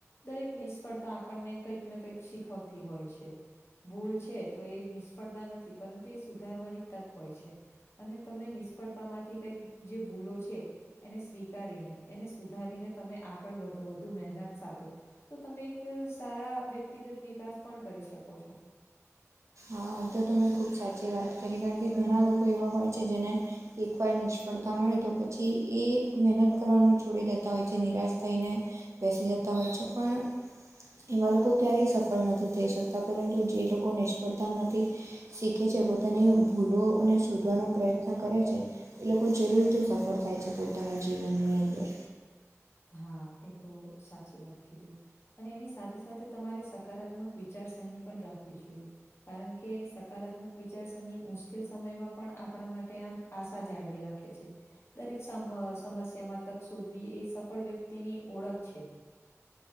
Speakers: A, on the left; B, on the right.
A: દરેક નિષ્ફળતા આપણને કંઈક ને કંઈક શીખવતી હોય છે. ભૂલ છે, તો એ નિષ્ફળતા નથી પરંતુ એ સુધારવાની તક હોય છે, અને તમે નિષ્ફળતા માંથી કઈક જે ભૂલો છે. એને સ્વીકારીને એને સુધારીને તમે આગળ વધો વધુ મહેનત સાથે તો તમે એક સારા વ્યક્તિગત વિકાસ પણ કરી શકો છો
B: હ તો તમેં ખૂબ સાચી વાત કરી કારણ કે ઘણા લોકો એવા હોય છે, જેને એકવાર નિષ્ફળતા મળે તો પછી એ મહેનત કરવાનું છોડી દેતા હોય છે, નિરાશ થઈને બેસી જતા હોય છે, પણ એવા લોકો ક્યારેય સફળ નથી થઈ શકતા પરંતુ જે લોકો નિષ્ફળતામાંથી શીખે છે, પોતાની ભૂલોને શોધવાનો પ્રયત્ન કરે છે. એ લોકો જરૂરથી સફળ થાય છે, પોતાના જીવનની અંદર
A: હા એ તો સાચી વાત કીધી અને એની સાથે સાથે તમારે સકારાત્મક વિચારસરણી પણ રાખવી જોઈએ. કારણ કે સકારાત્મક વિચારસરની મુશ્કેલ સમયમાં પણ આપણા માટે આમ આશા જાળવી રાખે દરેક સમ અ સમસ્યામાં તક શોધવી એ સફળ વ્યક્તિની ઓળખ છે.